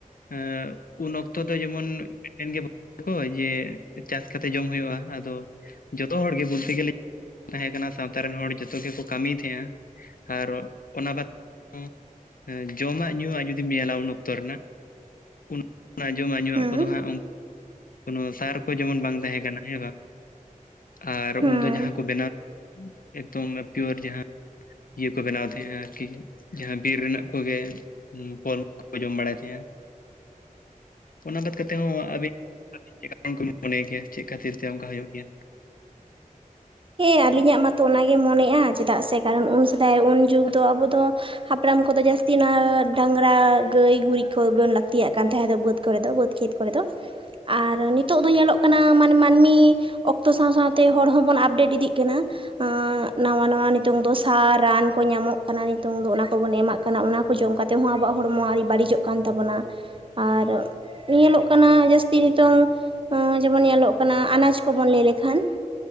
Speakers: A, on the left; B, on the right.
A: ᱮᱸᱻ ᱩᱱ ᱚᱠᱛᱚ ᱫᱚ ᱡᱮᱢᱚᱱ ᱢᱤᱫᱴᱮᱱ ᱜᱮ ᱠᱚ ᱡᱮ ᱪᱟᱥ ᱠᱟᱛᱮ ᱡᱚᱢ ᱦᱳᱭᱳᱜ-ᱟ᱾ ᱟᱫᱚ ᱡᱚᱛᱚ ᱦᱚᱲ ᱜᱮ ᱵᱚᱞᱛᱮ ᱜᱮᱹᱞᱮ ᱛᱟᱦᱮᱸ ᱠᱟᱱᱟ ᱥᱟᱣᱛᱟ ᱨᱮᱱ ᱦᱚᱲ ᱡᱚᱛᱚ ᱜᱮᱠᱚ ᱠᱟᱹᱢᱤ ᱛᱟᱦᱮᱸᱜᱟ ᱟᱨ ᱚᱱᱟ ᱵᱟᱫᱽ ᱦᱮᱸ ᱡᱚᱢᱟᱜ ᱧᱩᱣᱟᱜ ᱡᱩᱫᱤᱢ ᱧᱮᱞᱟ ᱩᱱ ᱚᱠᱛᱚ ᱨᱮᱱᱟᱜ ᱩᱱ ᱚᱱᱟ ᱡᱚᱢᱟᱜ ᱧᱩᱣᱟᱜ
B: ᱦᱮᱸ
A: ᱠᱚᱫᱚ ᱦᱟᱸᱜ ᱚᱱᱠᱟ ᱠᱳᱱᱳ ᱥᱟᱨ ᱠᱚ ᱡᱮᱢᱚᱱ ᱵᱟᱝ ᱛᱟᱦᱮᱸ ᱠᱟᱱᱟ ᱦᱮᱸ ᱵᱟᱝ᱾ ᱟᱨ
B: ᱦᱮᱸ
A: ᱩᱱᱫᱚ ᱡᱟᱦᱟ ᱠᱚ ᱵᱮᱱᱟᱣ ᱮᱠᱫᱚᱢ ᱯᱤᱭᱳᱨ ᱡᱟᱦᱟ ᱤᱭᱟᱹ ᱠᱚ ᱵᱮᱱᱟᱣ ᱛᱟᱦᱮᱸᱜ-ᱟ ᱟᱨᱠᱤ ᱡᱟᱦᱟ ᱵᱤᱨ ᱨᱮᱱᱟᱜ ᱠᱚᱜᱮ᱾ ᱦᱩᱸ ᱯᱷᱚᱞ ᱠᱚ ᱡᱚᱢ ᱵᱟᱲᱟᱭ ᱛᱟᱦᱮᱜ-ᱟ᱾ ᱚᱱᱟ ᱵᱟᱫᱽ ᱠᱟᱛᱮ ᱦᱚᱸ ᱟᱹᱵᱤᱱ ᱟᱹᱵᱤᱱ ᱪᱮᱠᱟ <inaudible> ᱢᱚᱱᱮᱭ ᱜᱮᱭᱟ ᱪᱮᱫ ᱠᱷᱟᱹᱛᱤᱨ ᱛᱮ ᱚᱱᱠᱟ ᱦᱳᱭᱳᱜ ᱜᱮᱭᱟ?
B: ᱦᱮᱸ ᱟᱹᱞᱤᱧᱟᱜ ᱢᱟᱛᱚ ᱚᱱᱟᱜᱮ ᱢᱚᱱᱮᱜ-ᱟ᱾ ᱪᱮᱫᱟᱜ ᱥᱮ ᱠᱟᱨᱚᱱ ᱩᱱ ᱥᱮᱫᱟᱭ ᱩᱱ ᱡᱩᱜᱽ ᱫᱚ ᱟᱵᱚ ᱫᱚ᱾ ᱦᱟᱯᱲᱟᱢ ᱠᱚᱫᱚ ᱡᱟᱹᱥᱛᱤ ᱚᱱᱟ ᱰᱟᱝᱨᱟ, ᱜᱟᱹᱭ ᱜᱩᱨᱤᱡ ᱠᱷᱚᱵᱚᱱ ᱞᱟᱹᱠᱛᱤᱭᱟᱜ ᱠᱟᱱ ᱛᱟᱦᱮᱸᱫ ᱫᱚ ᱵᱟᱹᱫᱽ ᱠᱚᱨᱮ ᱫᱚ᱾ ᱵᱟᱹᱫᱽ ᱠᱷᱮᱛ ᱠᱚᱨᱮ ᱫᱚ᱾ ᱟᱨ ᱱᱤᱛᱳᱜ ᱫᱚ ᱧᱮᱞᱚᱜ ᱠᱟᱱᱟ ᱢᱟᱱ ᱢᱟᱹᱱᱢᱤ ᱚᱠᱛᱚ ᱥᱟᱣ ᱥᱟᱣᱛᱮ ᱦᱚᱲ ᱦᱚᱸᱵᱚᱱ ᱟᱯᱰᱮᱴ ᱤᱫᱤᱜ ᱠᱟᱱᱟ᱾ ᱟᱸᱻ ᱱᱟᱣᱟ, ᱱᱟᱣᱟ ᱱᱤᱛᱚᱝ ᱫᱚ ᱥᱟᱨ, ᱨᱟᱱ ᱠᱚ ᱧᱟᱢᱚᱜ ᱠᱟᱱᱟ᱾ ᱱᱤᱛᱚᱝ ᱫᱚ ᱚᱱᱟ ᱠᱚᱵᱚᱱ ᱮᱢᱟᱜ ᱠᱟᱱᱟ ᱾ᱚᱱᱟ ᱠᱚ ᱡᱚᱢ ᱠᱟᱛᱮ ᱦᱚᱸ ᱟᱵᱚᱣᱟᱜ ᱦᱚᱲᱢᱚ ᱟᱹᱨᱤ ᱵᱟᱹᱲᱤᱡᱚᱜ ᱠᱟᱱ ᱛᱟᱵᱚᱱᱟ᱾ ᱟᱨ ᱧᱮᱞᱚᱜ ᱠᱟᱱᱟ ᱾ᱡᱟᱹᱥᱛᱤ ᱱᱤᱛᱚᱝ ᱡᱮᱢᱚᱱ ᱧᱮᱞᱚᱜ ᱠᱟᱱᱟ ᱟᱱᱟᱡᱽ ᱠᱚᱵᱚᱱ ᱞᱟᱹᱭ ᱞᱮᱠᱷᱟᱱ᱾